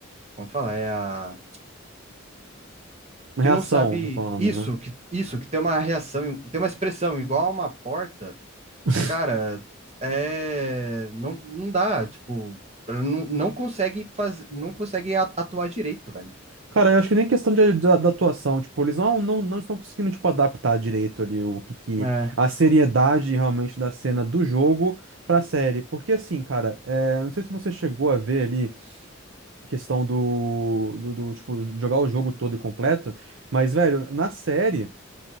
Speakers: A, on the right (about 35°); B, on the right (about 65°).
A: Como que fala? É a
B: Uma
A: que
B: reação,
A: não sabe
B: tá falando,
A: isso,
B: né?
A: que isso que tem uma reação, tem uma expressão igual a uma porta
B: <laughs>
A: Cara, é, não, não dá, tipo, ela não, não consegue fazer, não consegue a- atuar direito, velho.
B: Cara, eu acho que nem questão de, da, da atuação, tipo, eles não, não, não estão conseguindo, tipo, adaptar direito ali o que, que
A: É,
B: a seriedade realmente da cena do jogo pra série. Porque assim, cara, é, não sei se você chegou a ver ali a questão do, do, do, tipo, jogar o jogo todo e completo, mas, velho, na série.